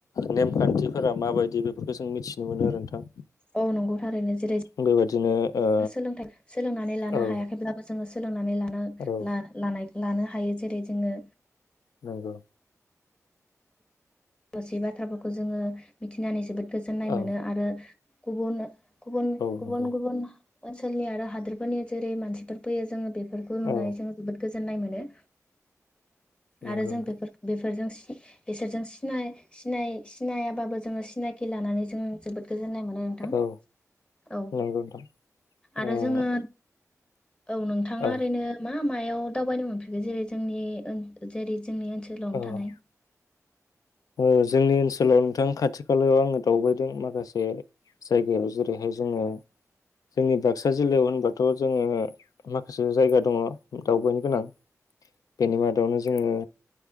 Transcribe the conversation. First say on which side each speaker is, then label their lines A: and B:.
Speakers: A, on the left; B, on the left.
A: नेम खान्थिफोरा माबायदि बेफोरखो‌ जों मिथि मोनो आरो नोंथां।
B: औ नंगौ थारैनो जेरै
A: बेबायदिनो ओ
B: सोलोंथाय सोलोंनानै लानो
A: औ
B: हायाखैब्लाबो जोंङो नानै लानो ला
A: औ
B: ला लानाय लानो हायो जेरै जोंङो
A: नंगौ।
B: गासै बाथ्राफोरखौ जोंङो मिथिनानै जोबोद गोजोननाय
A: औ
B: मोनो आरो गुबुन गुबुन
A: औ नंगौ
B: गुबुन गुबुन ओनसोलनि आरो हादोरफोरनि जेरै मानसिफोर फैयो जोङो बेफोरखौ नुनानै
A: औ
B: जों जोबोद गोजो गोजोननाय मोनो।
A: नंगौ
B: आरो जों
A: नोंथां
B: बे बेफोर बफोरजों बेसोरजों सिनाय सिनाय सिनायाबाबो जोङो सिनाखि लानानै जों जोबोद गोजोननाय मोनो नोंथां
A: औ
B: औ
A: नंगौ नोंथां
B: आरो
A: ओ
B: जोङो औ नोंथाङा
A: औ
B: ओरैनो मा मा मायाव दावबायनो मोनफेरगो जेरै जोंनि ओन <unintelligible> जोंनि ओनसोलावनो थानाय
A: औ ओ जोंनि ओनसोलाव नोंथां खाथि खालायाव आङो दावबायदों माखासे जायगायाव जेरैहाय जोङो जोंनि बाक्सा जिल्लायाव होनबाथ' जोङो माखासे जायगा दङ दावबायनो गोनां बेनि मादावनो जोङो